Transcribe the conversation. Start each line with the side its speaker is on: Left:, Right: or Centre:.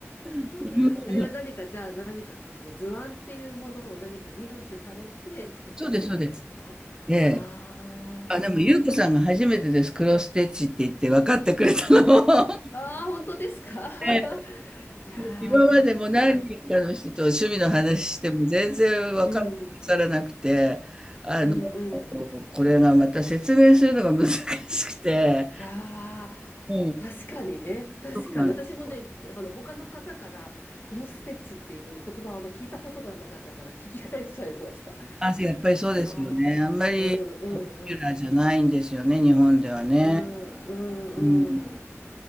Right: うん
Left: <laughs> あれは何か、じゃあ何かこんな図案っていうものを何か入手されて作っていくんですかあー
Right: そうです、そうです。ええ。あ、でも、ゆうこさんが初めてです。クロスステッチって言って分かってくれたのも。<laughs>
Left: あー、本当ですか
Right: ええ
Left: <laughs> いや
Right: 今までも何人かの人と趣味の話しても全然分からさなくて、
Left: ー、なんかうん、
Right: あの、
Left: うん、うん。
Right: これがまた説明するのが難しくて、
Left: いやー、
Right: うん、
Left: 確かにね、確かに。
Right: そうなんです
Left: 私もね、あの、他の方から、クロスステッチっていう言葉はあんま聞いたことがなかったから聞き返しちゃいました。
Right: あ、やっぱりそうですよね。
Left: いやー、
Right: あんまりポピュラーじゃないんですよね、
Left: うん、うん、うん、
Right: 日本ではね。
Left: うん、うん、
Right: うん、
Left: うん。